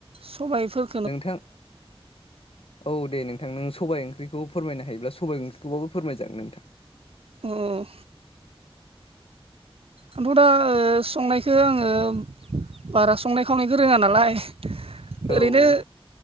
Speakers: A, on the right; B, on the left.
A: सबायफोर
B: नोंथां औ दे नोंथां नों सबाय ओंख्रिखौ फोरमायनो हायोब्ला सबाय ओंख्रिखौबाबो फोरमायजागोन नोंथां
A: उम आंथ' दा संनायखौ आङो बारा संनाय खावनायखौ रोङा नालाय
B: औ
A: ओरैनो